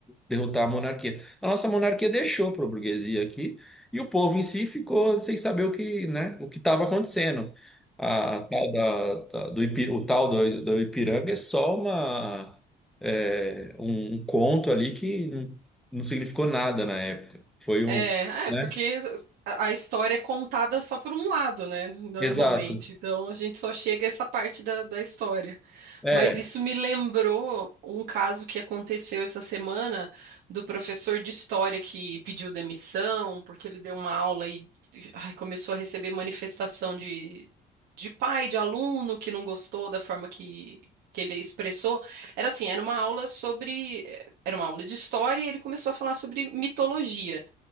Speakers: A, in the centre; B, on the right.
A: derrotar a monarquia. A nossa monarquia deixou para a burguesia aqui e o povo em si ficou sem saber o que, né, o que estava acontecendo. A, a tal da, da- do, Ipi- o tal do, do Ipiranga é só uma, é, um, um conto ali que não, não significou nada na época. Foi
B: É,
A: um, né?
B: é, porque a a história é contada só por um lado, né? Normalmente.
A: Exato.
B: Então a gente só chega a essa parte da, da história.
A: É.
B: Mas isso me lembrou um caso que aconteceu essa semana do professor de história que pediu demissão porque ele deu uma aula e ai, começou a receber manifestação de, de pai, de aluno que não gostou da forma que, que ele expressou. Era assim, era uma aula sobre. eh, Era uma aula de história e ele começou a falar sobre mitologia